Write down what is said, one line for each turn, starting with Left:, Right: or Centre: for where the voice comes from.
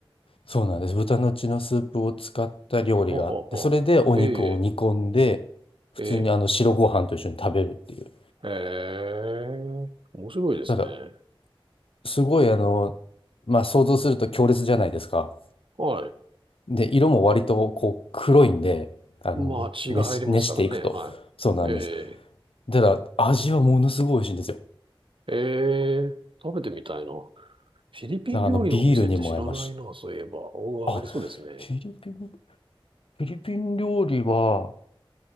Left: そうなんです。豚の血のスープを使った料理があって、
Right: ははは。
Left: それでお肉を煮込んで、
Right: ええ、
Left: 普通にあの白ご飯と一緒に食べるっていう。
Right: ええ、ええ、面白いですね。
Left: ただ、すごいあの、まあ想像すると強烈じゃないですか。
Right: はい。
Left: で、色も割とこう黒いんで、あの、
Right: まあ、血が入りますからね。
Left: 熱し、熱していくと。
Right: はい。
Left: そうなんです。
Right: え
Left: ただ、味はものすごい美味しいんですよ。
Right: え、ええ、食べてみたいな。フィリピン料理のお店って知らないな、
Left: なんかあの、ビールにも合いますし。
Right: そういえば。おーありそうですね。
Left: あ、フィリピン、フィリピン料理は、